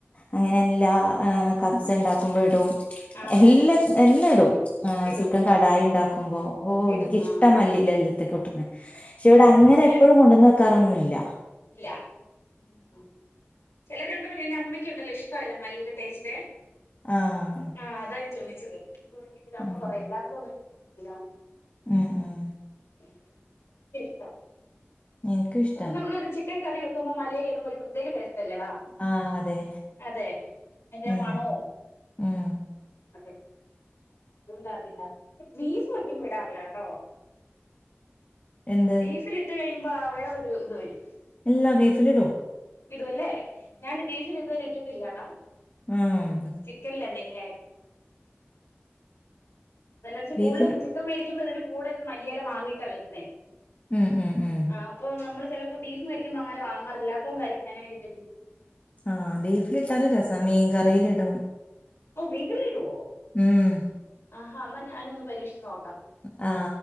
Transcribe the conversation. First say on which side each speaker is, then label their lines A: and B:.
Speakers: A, on the left; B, on the left.
A: അങ്ങനെ എല്ലാ കപ്സേ ഉണ്ടാക്കുമ്പോൾ ഇടും.
B: ആ
A: എല്ലാ എല്ലാം ഇടും
B: ഇടും
A: ചിക്കൻ കടായി ഉണ്ടാക്കുമ്പോ. ഓ
B: ഇടും
A: എനിക്കിഷ്ട
B: ആ
A: മല്ലി ഇല എല്ലത്തിക്കും ഇടുന്നേ. പക്ഷെ ഇവിടെ
B: അതെ
A: അങ്ങനെ
B: അതെ ചെല
A: എപ്പോഴും കൊണ്ടന്ന് വെക്കാറൊന്നുമില്ല.
B: ഇല്ല. ഉം ചിലരുണ്ടല്ലോ എന്റെ അമ്മയ്ക്കുണ്ടല്ലോ ഇഷ്ടമല്ല മല്ലിയുടെ ടേസ്റ്റ്.
A: ആഹ്
B: ആഹ് താ ഞാൻ ചോദിച്ചത് ഇപ്പന്റെ അമ്മ
A: ഉം
B: പറയും എല്ലാർക്കുന്നും ഇഷ്ടപ്പെടത്തില്ലന്ന്.
A: ഉം ഉം
B: ഇനിക്ക് ഭയങ്കര ഇഷ്ട്ടാ.
A: എനിക്കും ഇഷ്ടാ
B: അപ്പ നമ്മള ഒരു ചിക്കൻ കറി വെുമ്പോൾ മല്ലിയില ഇടുമ്പോ ഒരു പ്രത്യേക ടേസ്റ്റ് അല്ലെ. ല്ലടാ
A: ആഹ് അതെ
B: അതെ അയിന്റെ
A: ഉം
B: മണവും.
A: ഉം
B: അതെ. അതുകൊണ്ട് അതിന്റെ ബീഫ് വയ്ക്കുമ്പോ ഇടാറില്ലോട്ടോ.
A: എന്ത്
B: ബീഫിലിട്ട് കഴിയുമ്പോ വേറൊരു ഇത് വരും.
A: എല്ലാ ബീഫിലിടും
B: ഇടുല്ലേ ഞാൻ ബീഫിൽ ഇതുവരെ ഇട്ടിട്ടില്ലാടാ.
A: ആഹ്
B: ചിക്കനിലെ മെയിനായിട്ട്. അലർജി
A: ബീഫില്
B: കൂടുതലും ചിക്കൻ മേടിക്ക്പോ ഇതിന് കൂടെ മല്ലിയില വാങ്ങീട്ടാ വരുന്നേ.
A: ഉം ഉം ഉം.
B: ആഹ് അപ്പൊ നമ്മൾ ചിലപ്പോ ബീഫും വേടിക്കുമ്പോൾ അങ്ങനെ വങ്ങാറില്ലാത്തത് കൊണ്ടാരിക്കും ഞാൻ അങ്ങനെ ഇട്ടിട്ടില്ല
A: ആഹ് ബീഫിലിട്ടാലും രസാ മീൻ കറിയിൽ ഇടും.
B: ഓഹ് മീൻ കറിയിലിടോ
A: ഉം
B: ആഹാ ന്നാ ഞാൻ ഒന്ന് പരീക്ഷിച്ച് നോക്കാം
A: ആ